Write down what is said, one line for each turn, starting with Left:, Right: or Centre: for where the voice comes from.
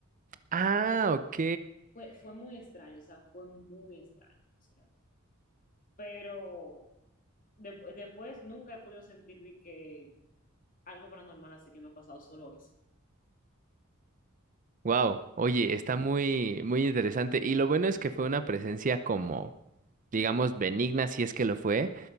Right: Ah, ok.
Left: Fue, fue muy extraño, o sea, fue muy extraño eso realmente. Pero de- después nunca he podido sentir de que algo paranormal así que me ha pasado solo eso.
Right: Wow. Oye, está muy, muy interesante. Y lo bueno es que fue una presencia como, digamos, benigna, si es que lo fue.